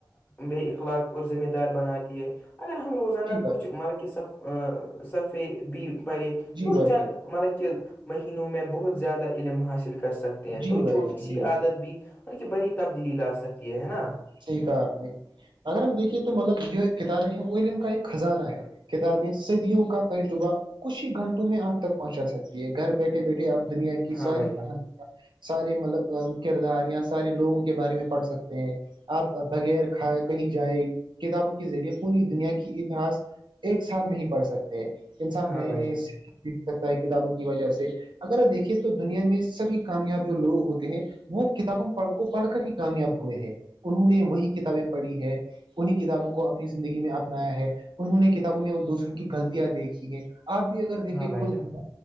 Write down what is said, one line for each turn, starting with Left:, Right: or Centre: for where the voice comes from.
Left: بے اخلاق اور ذمیں دار بناتی ہے اگر ہم روزانہ
Right: جی بھائی
Left: کچھ
Right: جان
Left: ملکہ صف صفی بھی پے
Right: جی
Left: تو
Right: بھائی
Left: چند
Right: جان
Left: مطلب کہ مہینوں میں بہت زیادہ علم حاصل کر سک سکتے ہیں
Right: جی
Left: تو
Right: بھائی
Left: چھوٹی
Right: جان
Left: سی
Right: جی بھائی
Left: عادت بھی مطل کہ بڑی تبدیلی لا سکتی ہے ہے نا
Right: صحی کہا آپ نے اگر ہم دیکھیے تو مطلب جو کتابیں ہیں وہ علم کا ایک خزانہ ہے کتابیں صدیوں کا تجربہ کچ ہی گھنٹوں میں آپ تک پہنچا سکتی ہے گھر بیٹھے بیٹھے آپ دنیا کے کی
Left: ہاں
Right: ساری
Left: بھائی
Right: کہانیاں
Left: جان
Right: سارے مطلب کردار یا سارے لوگوں کے بارے میں پڑھ سکتے آپ بغیر کھائے کہیں جائ کتابوں کے ذریعے پوری دنیا کی اتہاس ایک ساتھ نہیں پڑھ سکتے ہیں انسان
Left: ہاں
Right: نئے
Left: بھائی
Right: نئے
Left: جان
Right: سیکھ سکتا ہے کتابوں کی وجہ سے اگر دیکھیے تو دنیا میں سبھی کامیاب جو لوگ ہوتے ہیں وہ کتابوں پڑھ کو پڑھ کر ہی کامیاب ہوئے ہیں انہوں نے وہی کتابیں پڑھی ہے انہیں کتابوں کو اپنی زندگی میں اپنایا ہے انہوں نے کتابوں میں وہ دوسروں کی غلطیاں دیکھی ہے آپ بھی اگر دیکھے
Left: ہاں بھائی
Right: خودز
Left: جان